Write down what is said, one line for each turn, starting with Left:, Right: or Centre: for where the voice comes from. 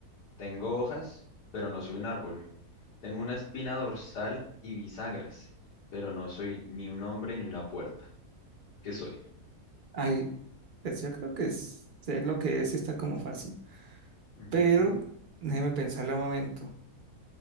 Left: Tengo hojas, pero no soy un árbol. Tengo una espina dorsal y bisagras, pero no soy ni un hombre ni una puerta. ¿Qué soy?
Right: Ay, pues yo creo que es, sé lo que es, está como fácil.
Left: Ujú.
Right: Pero déjeme pensarla un momento,